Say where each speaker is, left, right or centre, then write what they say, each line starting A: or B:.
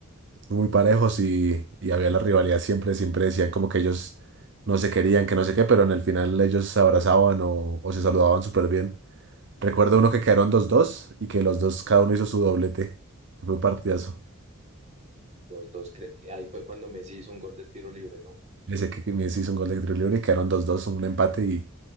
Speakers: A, on the right; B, on the right.
A: muy parejos y, y había la rivalidad siempre, siempre decían como que ellos no se querían, que no sé qué, pero en el final ellos se abrazaban o, o se saludaban súper bien. Recuerdo uno que quedaron dos dos y que los dos, cada uno hizo su doblete. Fue un partidazo.
B: Dos, dos, cre- ahí fue cuando Messi hizo un gol de tiro libre, ¿no?
A: Yo sé que Messi hizo un gol de tiro libre y quedaron dos dos, un empate y